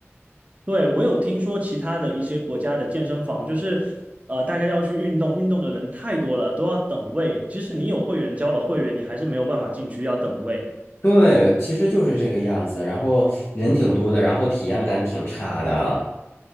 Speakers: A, on the right; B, on the left.
A: 对，我有听说其他的一些国家的健身房，就是呃，大家要去运动，运动的人太多了，都要等位。即使你有会员交了会员，你还是没有办法进去，要等位。
B: 对，其实就是这个样子。然后人挺多的，然后体验感挺差的。